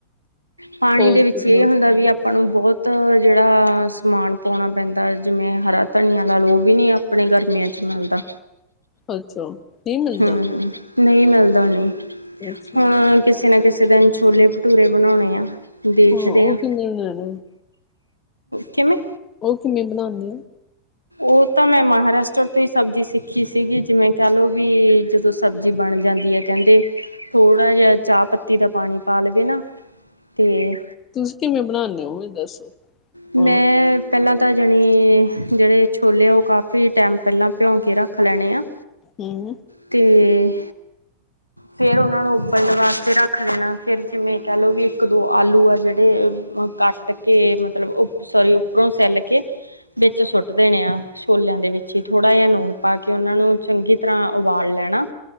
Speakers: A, on the left; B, on the left.
A: ਪਾਣੀ
B: ਹੋਰ
A: ਦੇ ਵਿੱਚ
B: ਕਿੰਨਾ
A: ਇਹ ਹੁੰਦਾ, ਵੀ ਆਪ ਆਪਾਂ ਨੂੰ ਬਹੁਤ ਜਿਹੜਾ ਸਮਾਨ ਪਾਉਣਾ ਪੈਂਦਾ ਜਿਵੇਂ ਹਰਾ ਧਨੀ ਲਾ ਲੋ, ੳ ਵੀ ਨੀ ਅਪਾ ਆਪਣੇ ਗਰਮੀਆਂ 'ਚ ਮਿਲਦਾ।
B: ਅੱਛਾ। <unintelligible> ਮਿਲਦਾ
A: ਹਮ ਹ, ਨਹੀਂ ਮਿਲਦਾ, ਉਹ ਨਹੀਂ
B: ਅੱਛਾ।
A: ਹੁਣ ਕਿਸੇ ਨਾ ਕਿਸੇ ਦਿਨ, ਛੋਲੇ ਭਟੂਰੇ ਬਣਾਉਣੇ ਆ। ਦੇਖਦੇ
B: ਹਾਂ ਉਹ
A: ਹ,
B: ਕਿਵੇਂ ਬਣਾਉਣੇ
A: ਕਿਵੇਂ?
B: ਉਹ ਕਿਵੇਂ ਬਣਾਉਂਦੇ ਆ?
A: ਉਹ ਤਾਂ ਮੈਂ ਮਹਾਰਾਸ਼ਟਰ ਤੋਂ ਹੀ ਸਬਜ਼ੀ ਸਿੱਖੀ ਸੀਗੀ ਜਿਵੇਂ ਕਹਿ ਲਓ ਵੀ ਜਦੋਂ, ਪਰ ਸਬਜ਼ੀ ਬਣ ਜਾਂਦੀ ਹੈ ਕਹਿੰਦੇ ਥੋੜਾ ਜਿਹਾ ਚਾਹ ਪੱਤੀ ਦਾ ਪਾਣੀ ਪਾ ਲਵੇ ਨਾ, ਤੇ
B: ਤੁਸੀਂ ਕਿਵੇਂ ਬਣਾਉਦੇ ਹੋ ਇਹ ਦੱਸੋ?
A: ਮੈਂ
B: ਹਾਂ
A: ਪਹਿਲਾਂ ਤਾਂ ਜਾਣੀ ਜਿਹੜੇ ਛੋਲੇ ਆ ਉਹ ਕਾਫੀ ਟਾਈਮ ਪਹਿਲਾਂ ਭਿਉਂ ਕੇ ਰੱਖ ਲੈਣੇ ਆ।
B: ਹਮ
A: ਅਤੇ ਫੇਰ ਉਹਨਾਂ ਨੂੰ ਉਬਲਣ ਵਾਸਤੇ ਰੱਖ ਦੇਣਾ ਫਿਰ ਜਿਵੇਂ ਕਹਿ ਲਓ ਵੀ ਇੱਕ ਦੋ ਆਲੂ ਆ ਜਿਹੜੇ ਅ ਕੱਟ ਕੇ ਮਤਲਬ ਸੋਰੀ ਉੱਪਰੋਂ ਸੈੱਲ ਕੇ ਦ ਵਿੱਚ ਸੁੱਟ ਦੇਣੇ ਆ ਛੋਲਿਆਂ ਦੇ ਵਿੱਚ ਹੀ ਥੋੜ੍ਹਾ ਜਿਹਾ ਲੂਣ ਪਾ ਕੇ ਉਹਨਾਂ ਨੂੰ ਚੰਗੀ ਤਰ੍ਹਾਂ ਉਬਾਲ ਲੈਣਾ